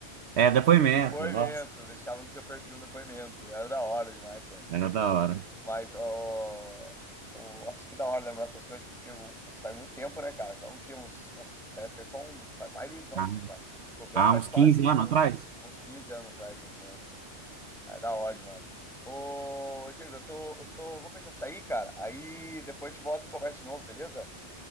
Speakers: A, on the right; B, in the centre.
A: É, depoimento,
B: Depoimento.
A: nossa,
B: Deixava no seu perfil um depoimento. Era da hora demais, cara.
A: era da hora.
B: Mas, ó, ó, acho que da hora lembrar essas coisas, porque o- nossa, faz muito tempo, né, cara? Foi um que uns. Nossa, essa época aí foi um. Faz mais de. Nossa,
A: Ah,
B: pai. Se bobear
A: Há
B: faz
A: uns
B: quase
A: 15 anos
B: uns,
A: atrás?
B: uns 15 anos atrás, mais ou menos. É da hora demais. Ô, Diego, eu tô, eu tô. Vou precisar sair, cara. Aí depois a gente volta e conversa de novo, beleza?